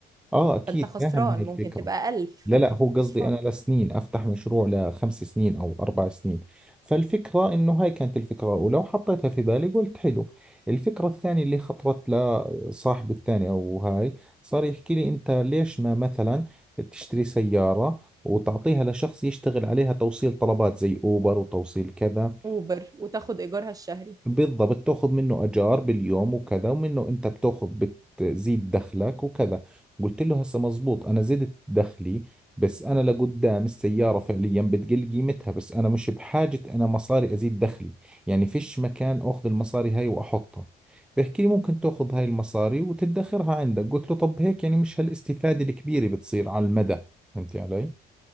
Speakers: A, in the centre; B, on the right.
A: اه اكيد
B: فانت خسران
A: فاهم هاي الفكره
B: ممكن تبقى 1000
A: لا
B: فانت
A: لا هو قصدي
B: خسران
A: انا لسنين افتح مشروع لخمس سنين او اربع سنين فالفكره انه هاي كانت الفكره الاولى وحطيتها في بالي قلت حلو الفكره الثانيه اللي خطرت لصاحبي الثاني او هاي صار يحكي لي انت ليش ما مثلا تشتري سياره وتعطيها لشخص يشتغل عليها توصيل طلبات زي اوبر وتوصيل كذا
B: اوبر وتاخد ايجارها الشهري
A: بالضبط تاخذ منه اجار باليوم وكذا ومنه انت بتاخذ بتزيد دخلك وكذا قلت له هسه مزبوط انا زدت دخلي بس انا لقدام السياره فعليا بتقل قيمتها بس انا مش بحاجه انا مصاري ازيد دخلي يعني فيش مكان اخذ المصاري هاي واحطها بيحكي لي ممكن تاخذ هاي المصاري وتدخرها عندك قلت له طب هيك يعني مش هالاستفاده الكبيره بتصير على المدى فهمتي علي